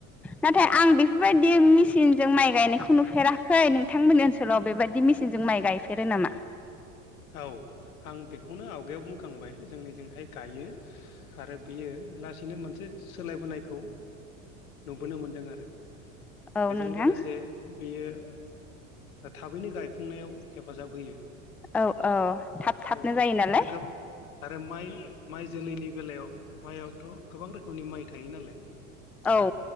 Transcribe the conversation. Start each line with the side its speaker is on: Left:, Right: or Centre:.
Centre: नाथाय आं बेफोरबायदि मेचिनजों माइ गायनायखौ नुफेराखै नोंथांमोननि ओनसोलाव बेबायदि मेसिनजों माइ गायफेरो नामा?
Left: औ आं बेखौनो आवगायाव बुंखांबाय जोंनिजोंहाय गायो आरो बियो लासैनो मोनसे सोलायबोनायखौ नुबोनो मोनदों आरो।
Centre: औ
Left: बेजों
Centre: नोंथां
Left: लोगोसे बेयो थाबैनो गायफुंनायाव हेफाजाब होयो।
Centre: औ औ थाब थाबनो
Left: आरो
Centre: जायो नालाय
Left: आरो गोबां आरो माइ माइ जोलैनि बेलायाव माइयावथ' गोबां रोखोमनि माइ थायो नालाय।
Centre: औ
Left: दा